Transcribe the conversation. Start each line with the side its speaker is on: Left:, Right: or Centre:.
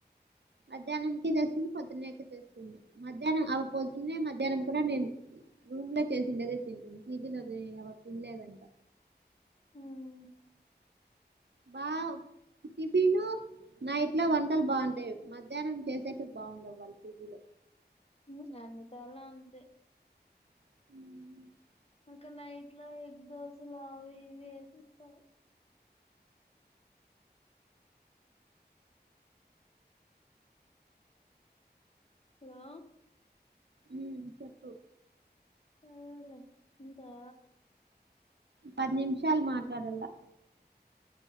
Right: మధ్యాహ్నంకి తెస్తుంది పొద్దున్నేకి తెస్తుంది మధ్యాహ్నం అ పొద్దున్న మధ్యాహ్నం కూడా నేను రూమ్ లో చేసిండేదే తింటుంది ఫీజలోది ఆ పాపా తిన్లేదంట
Left: ఉహ్
Right: బా టిఫీను నైట్ లో వంటలు బాగుంటాయి మధ్యాహ్నం చేసేటీవీ బాగుండవు వాళ్ళు పీజీ లో
Left: ఆహ్ అన్నీ తావుల అంతే
Right: ఆహ్
Left: ఇకా నైట్ లో ఎగ్ దోశలు అవి ఇవి వేసిస్తారు హలో
Right: ఆ చెప్పు
Left: సరేలే ఇంతే
Right: పది నిమిషాలు మాట్లాడల్లా